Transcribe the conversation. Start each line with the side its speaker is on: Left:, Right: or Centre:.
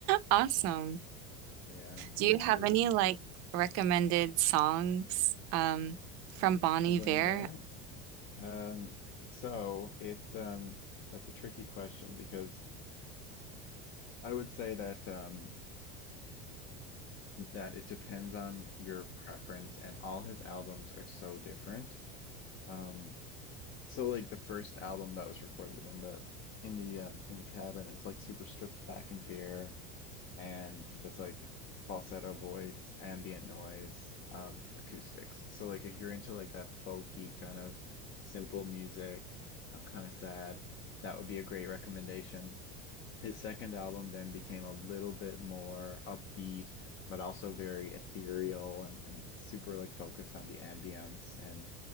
Right: Awesome.
Left: yeah,
Right: Do
Left: absolutely.
Right: you have any like recommended songs um from Bon
Left: Somebody
Right: Iver?
Left: Bear. Um, so it's um that's a tricky question because I would say that um that it depends on your preference and all his albums are so different. Um, so like the first album that was recorded in the in the um in the cabin is like super stripped back and bare and just like falsetto voice, ambient noise, um, acoustics. So like if you're into like that folky kind of simple music, I'm kind of sad, that would be a great recommendation. His second album then became a little bit more upbeat, but also very ethereal and, and super like focused on the ambience and